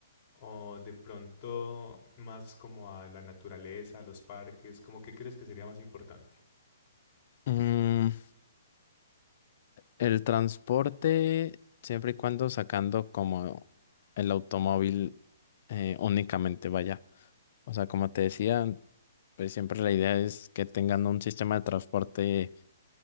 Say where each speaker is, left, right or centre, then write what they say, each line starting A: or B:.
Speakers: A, on the left; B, on the left.
A: o de pronto más como a la naturaleza, a los parques, ¿Cómo qué crees que sería más importante?
B: Mm, El transporte, siempre y cuando sacando como el automóvil eh, únicamente, vaya. O sea, como te decía, pues siempre la idea es que tengan un sistema de transporte